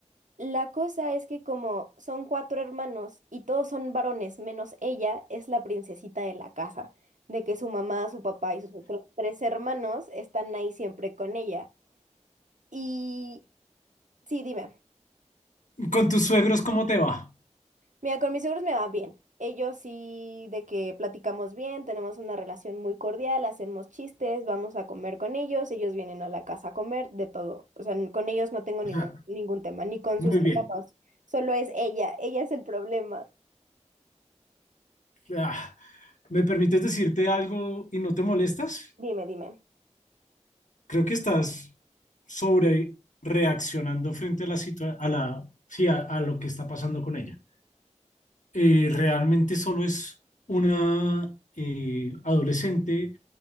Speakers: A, on the right; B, on the left.
A: La cosa es que como son cuatro hermanos y todos son varones, menos ella, es la princesita de la casa, de que su mamá, su papá y sus otros tres hermanos están ahí siempre con ella. Y sí, dime,
B: ¿Con tus suegros cómo te va?
A: mira, con mis suegros me va bien. Ellos sí, de que platicamos bien, tenemos una relación muy cordial, hacemos chistes, vamos a comer con ellos, ellos vienen a la casa a comer, de todo. O sea, n- con ellos no tengo ningún,
B: <laughs>
A: ningún tema, ni con
B: Muy
A: sus hermanos,
B: bien.
A: solo es ella, ella es el problema.
B: Ah, ¿me permites decirte algo y no te molestas?
A: Dime, dime.
B: Creo que estás sobre reaccionando frente a la situa- a la, sí, a, a lo que está pasando con ella. Eh, realmente solo es una eh, adolescente